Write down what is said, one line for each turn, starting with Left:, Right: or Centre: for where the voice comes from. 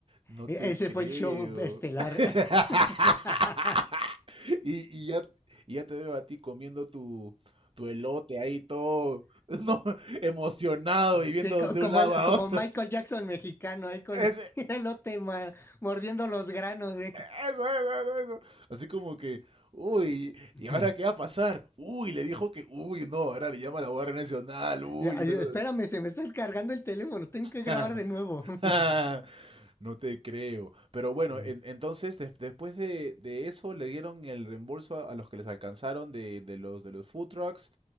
Right: No
Left: E-
Right: te
Left: ese
Right: creo.
Left: fue el show estelar.
Right: <laughs>
Left: <laughs>
Right: Y, y ya, y ya te veo a ti comiendo tu, tu elote ahí todo, <laughs> no, emocionado y viendo
Left: Sí, co-
Right: de
Left: como,
Right: un lado
Left: el-
Right: a
Left: como
Right: otro.
Left: Michael Jackson mexicano, ahí con
Right: <laughs> Ese-
Left: <laughs> el elote ma- mordiendo los granos. eh.
Right: eso, eso, eso, eso. Así como que, uy,
Left: <laughs> Ujú.
Right: ¿y ahora qué va a pasar? Uy, le dijo que, uy, no, ahora le llama a la Guardia Nacional, uy,
Left: Ya, ay,
Right: una
Left: espérame, se me está cargando el teléfono, tengo que grabar
Right: cosa.
Left: de nuevo.
Right: <laughs>
Left: <laughs>
Right: No te creo. Pero bueno,
Left: En-
Right: en- entonces des- después de, de eso le dieron el reembolso a, a los que les alcanzaron de, de los de los food trucks,